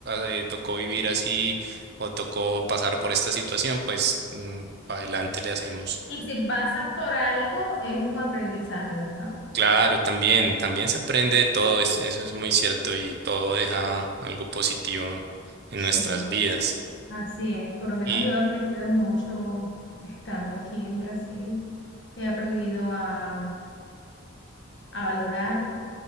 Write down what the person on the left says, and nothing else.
Y si pasas por algo, es un aprendizaje, ¿verdad?
Sí,
así es. Por lo menos
yo he aprendido mucho estando aquí en Brasil. He aprendido a, a valorar,